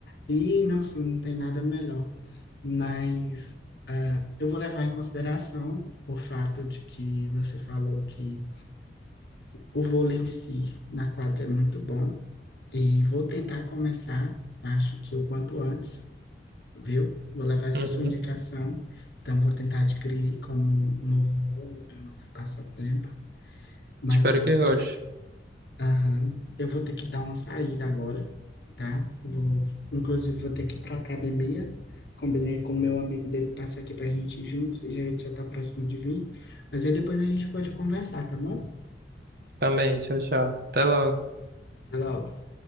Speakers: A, on the left (about 65°); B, on the right (about 55°).
A: E, nossa, não tem nada melhor. Mas ah, eu vou levar em consideração o fato de que você falou que o vôlei em si na quadra é muito bom. E vou tentar começar, acho que o quanto antes, viu? Vou levar essa
B: Uhum.
A: sua indicação. Então, vou tentar adquirir como um novo hobby, um novo passatempo. Mas
B: Espero
A: eu vou
B: que
A: ter
B: goste.
A: que Aham. Eu vou ter que dar uma saída agora, tá? Eu vou, inclusive, vou ter que ir para academia. Combinei com o meu amigo dele passar aqui para a gente ir junto, já já tá próximo de vir. Mas aí depois a gente pode conversar, tá bom?
B: Também, tchau, tchau. Até logo.
A: Até logo.